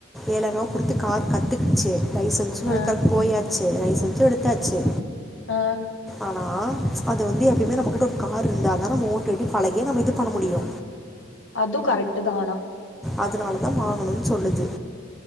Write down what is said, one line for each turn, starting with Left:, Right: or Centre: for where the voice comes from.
Centre: ஏழாயி ர குடுத்து கார் கத்துகிச்சு லைசன்ஸ்
Left: ஆ
Centre: எடுக்கற்க்கு போயாச் சே லைசன்ஸு எடுத்தாச்சு
Left: ஆ
Centre: ஆனா அது வந்து எப்பயுமே நம்மகிட்ட ஒரு கார் இருந்தா தா நம்ம ஓட்டி பழக நம்ம இது பண்ண முடியு
Left: அது கரெட் தா ஆனா
Centre: அதுனாலதா வாங்கணும்ன்னு சொல்லுது